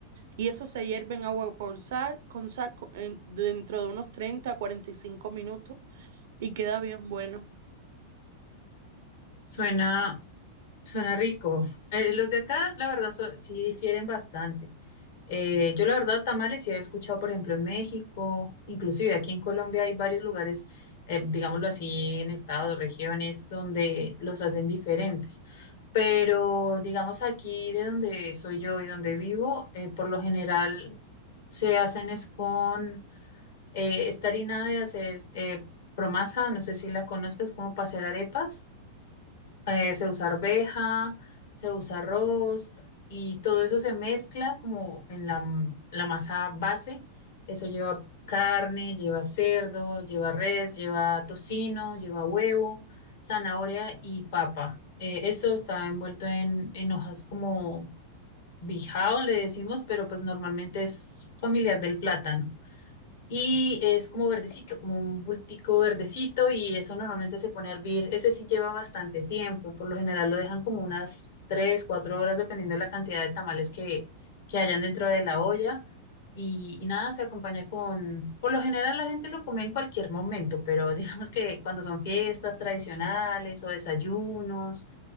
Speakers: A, on the right (about 70°); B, on the left (about 70°).
A: Y eso se hierve en agua por sal, con sal co- en- dentro de unos 30 a 45 minutos y queda bien bueno.
B: Suena, Suena rico. Eh, los de acá, la verdad, so- sí difieren bastante. Eh, yo, la verdad, tamales sí he escuchado, por ejemplo, en México, inclusive aquí en Colombia hay varios lugares, eh, digámoslo así, en estados, regiones, donde los hacen diferentes. Pero, digamos, aquí de donde soy yo y donde vivo, eh, por lo general se hacen es con eh, esta harina de hacer eh, promasa, no sé si la conozcas, como para hacer arepas eh, se usa arveja, se usa arroz y todo eso se mezcla como en la, m- la masa base. Eso lleva carne, lleva cerdo, lleva res, lleva tocino, lleva huevo, zanahoria y papa. Eh, eso está envuelto en, en hojas como bijao, le decimos, pero pues normalmente es familiar del plátano y es como verdecito, como un bultico verdecito y eso normalmente se pone a hervir. Ese sí lleva bastante tiempo, por lo general lo dejan como unas 3, 4 horas dependiendo de la cantidad de tamales que, que hayan dentro de la olla. Y, y nada, se acompaña con, por lo general la gente lo come en cualquier momento, pero <laughs> digamos que cuando son fiestas tradicionales o desayunos,